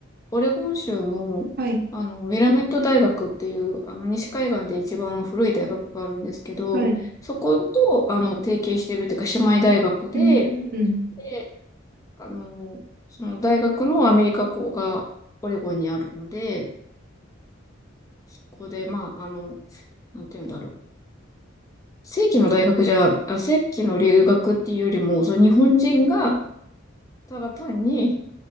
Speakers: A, on the left; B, on the right.
A: オレゴン州の、
B: はい。
A: あの、ウィラメット大学っていう、あの、西海岸で一番古い大学があるんですけど、
B: はい。
A: そこと、あの、提携してるっていうか、姉妹大学で、
B: うん、うん。
A: で、あの、その大学のアメリカ校がオレゴンにあるので、そこで、まあ、あの、なんて言うんだろう。正規の大学じゃ、あ、正規の留学っていうよりも、その日本人が、ただ単に